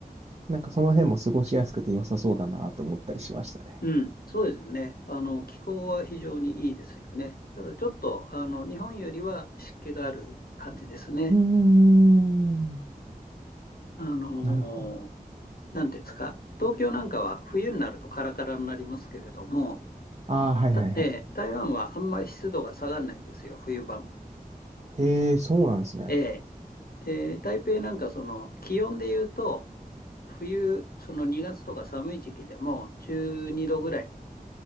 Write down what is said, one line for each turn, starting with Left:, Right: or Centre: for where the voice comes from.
Right: なんかその辺も過ごしやすくて良さそうだなと思ったりしましたね。
Left: うん、そうですね。あの、気候は非常にいいですよね。ただちょっと、あの、日本よりは湿気がある感じですね。
Right: うーん。
Left: あの
Right: なるほど。
Left: なんていうんですか、東京なんかは冬になるとカラカラになりますけれども、
Right: ああ、はいはいはい。
Left: たえー台湾はあんまり湿度が下がらないんですよ、冬場も。
Right: へえ、そうなんですね。
Left: えーで、台北なんかその気温で言うと、冬、その2月とか寒い時期でも12度ぐらい